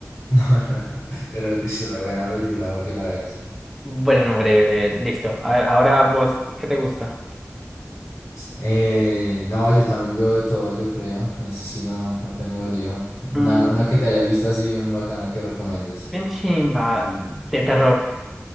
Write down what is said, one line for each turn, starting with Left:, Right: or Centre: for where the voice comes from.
Left: <laughs> no, no, no, pero es re buena película para que la veas.
Centre: Bueno, no, breve, breve, listo. A ver, ahora vos, ¿qué te gusta?
Left: Eh, no, yo también veo de todo, yo creo, es, sí, no, no tengo lío. Una,
Centre: Mm,
Left: una que te hayas visto así bien bacana que recomiendes.
Centre: bien chimba, de terror.